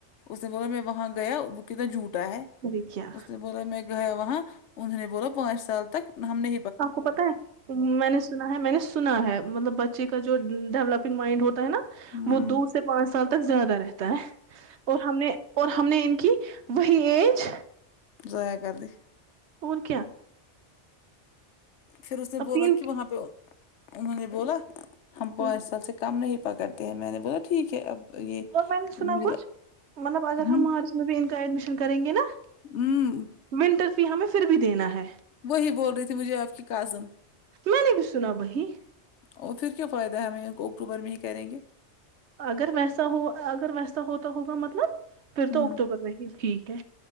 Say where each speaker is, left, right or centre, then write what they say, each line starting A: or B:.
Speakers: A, on the left (about 80°); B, on the right (about 70°).
A: اس نے بولا میں وہاں گیا وہ کتنا جھوٹا ہے
B: پھر کیا
A: اس نے بولا میں گیا وہاں انہوں نے بولا پانچ سال تک ہم نے
B: تو آپ کو پتا ہے میں نے سنا ہے میں نے سنا ہے مطلب بچے کا جو ڈیولپ مائنڈ ہوتا ہے نا
A: ہوں
B: وہ دو سے پانچ سال تک زیادہ رہتا ہے اور ہم نے اور ہم نے ان کی وہی ایج
A: زویا کر دی
B: اور کیا
A: پھر اس نے
B: اب
A: بولا
B: تین
A: کہ وہاں پہ انہوں نے بولا ہم پانچ
B: اور
A: سال سے کم نہیں پا کرتے ہیں میں نے بولا ٹھیک ہے اب یہ
B: اور میں نے سنا
A: مجھے
B: کچھ
A: لگ-
B: مطلب اگر
A: ہوں
B: ہم مارچ میں بھی ان کا ایڈمیشن کریں گے نا
A: ہوں
B: ونٹر فی ہمیں پھر بھی دینا ہے
A: وہی بول رہی تھی مجھے آپ کی کازن
B: میں نے بھی سنا وہی
A: اور پھر کیا فائدہ ہے ہمیں ان کو اکٹوبر میں ہی کریں گے
B: اگر ویسا ہو اگر ویسا ہوتا ہوگا مطلب پھر
A: ہوں
B: تو اکتوبر میں ہی ٹھیک ہے